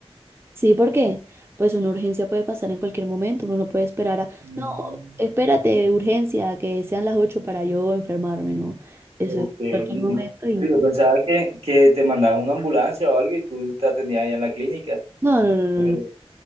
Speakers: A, on the right (about 20°); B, on the right (about 70°).
A: Sí, porque pues una urgencia puede pasar en cualquier momento, uno no puede esperar a,
B: Mm,
A: no, espérate, urgencia, que sean las 8 para yo enfermarme, no, eso
B: Ok,
A: es cualquier momento y
B: Pero yo pensaba que, que te mandaban una ambulancia o algo y tú te atendías allá en la clínica,
A: no, no, no,
B: pero
A: no, no,